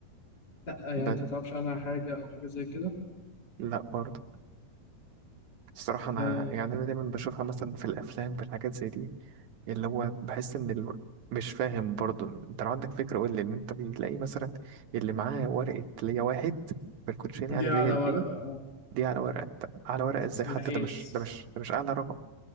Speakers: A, on the left; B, on the right.
A: لأ يعني
B: بس
A: أنت متعرفش عنها حاجة أو حاجة زي كده
B: لا برضو الصراحة أنا
A: آه
B: يعني أنا دايما بشوفها مثلا في الأفلام في الحاجات زي دي اللي هو بحس ان ال... مش فاهم برضو انت لو عندك فكرة قول لي ان انت بتلاقي مثلا اللي معاه ورقة ليا واحد في الكوتشين يعني
A: دي
B: اللي
A: على
B: هي الايه
A: ورقة أه
B: دي على ورقة طب على ورقة ازاي
A: اسمها
B: حتى
A: إيس
B: ده مش ده مش ده مش اعلى رقم